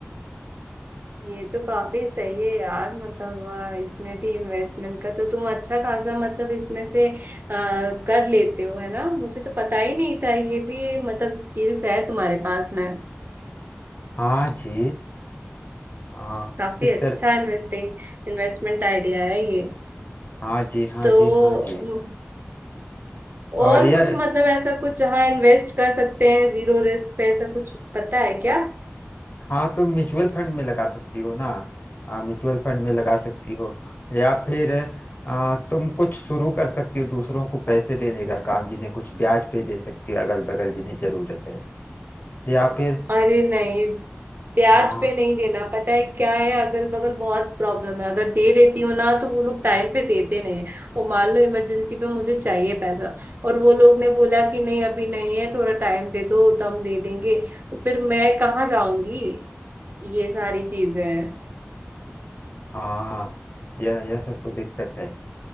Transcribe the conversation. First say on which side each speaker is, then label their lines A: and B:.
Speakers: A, on the right; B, on the left.
A: ये तो काफी सही है यार मतलब अ, इसमें भी इन्वेस्टमेंट का तो तुम अच्छा खासा मतलब इसमें से अ, कर लेते हो है ना मुझे तो पता ही नहीं था ये भी मतलब स्किल्स है तुम्हारे पास में
B: हाँ जी हाँ
A: काफी
B: इस
A: अच्छा
B: तरह
A: इन्वेस्टिंग इन्वेस्टमेंट आइडिया है ये
B: हाँ जी हाँ
A: तो
B: जी हाँ जी
A: म,
B: और
A: और
B: यह
A: कुछ मतलब ऐसा कुछ जहाँ इन्वेस्ट कर सकते हैं जीरो रिस्क पे ऐसा कुछ पता है क्या
B: हाँ तुम म्यूचुअल फंड में लगा सकती हो ना हाँ म्यूचुअल फंड में लगा सकती हो या फिर आ, तुम कुछ शुरू कर सकती हो दूसरों को पैसे देने का काम जिन्हें कुछ ब्याज पे दे सकती हो अगल बगल जिन्हें जरूरत है या फिर
A: अरे नहीं प्याज
B: हाँ
A: पे नहीं देना पता है क्या है अगल बगल बहुत प्रॉब्लम है अगर दे देती हूँ ना तो वो लोग टाइम पे देते नहीं हैं। और मान लो इमरजेंसी पे मुझे चाहिए पैसा और वो लोग ने बोला कि नहीं अभी नहीं है थोड़ा टाइम दे दो तो हम दे देंगे तो फिर मैं कहाँ जाऊंगी ये सारी चीजें हैं
B: हाँ यह यह सब तो दिक्कत है